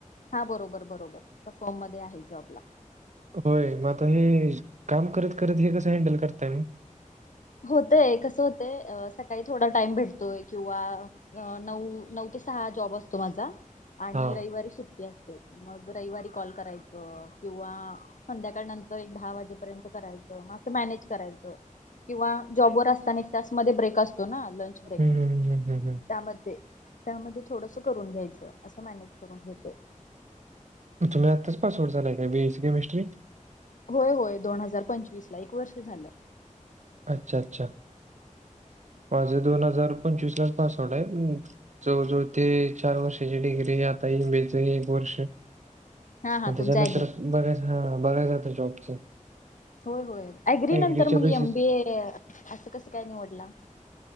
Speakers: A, on the left; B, on the right.
A: हा बरोबर बरोबर तर फॉर्म मध्ये आहे मी जॉबला.
B: होय मग आता हे काम करत करत हे कसं हॅंडल करताय?
A: होतय कसं होतंय सकाळी थोडा टाइम भेटतोय किंवा अ नऊ, नऊ ते सहा जॉब असतो माझा आणि
B: हा.
A: रविवारी सुट्टी असते. मग रविवारी कॉल करायचं किंवा, संध्याकाळ नंतर एक दहा वाजेपर्यंत करायचं म असं मॅनेज करायचं. किंवा जॉबवर असताना एक तास मध्ये ब्रेक असतो ना लंच ब्रेक
B: हम्म हम्म हम्म हम्म हम्म.
A: त्यामध्ये त्यांमध्ये थोडस करून घ्यायचं, असं मॅनेज करून घेते.
B: तुम्ही आत्ताच पास आऊट झालाय काय बीऐसी केमिस्ट्री?
A: होय होय दोन हजार पंचवीसला एक वर्ष झालं.
B: अच्छा! अच्छा! माझं दोन हजार पंचवीस लाच पास आउट आहे. जवळजवळ ते चार वर्षाची डिग्री हे आता एमबीएच हे एक वर्ष.
A: हा हा
B: मग त्याच्यानंतर
A: तुमचा अग्री
B: बघायच हा बघायचं आता जॉबच.
A: होय होय ॲग्री नंतर
B: ऍग्रीच्या
A: मग
B: बेसिस
A: एम बी ए असं कसं काय निवडला.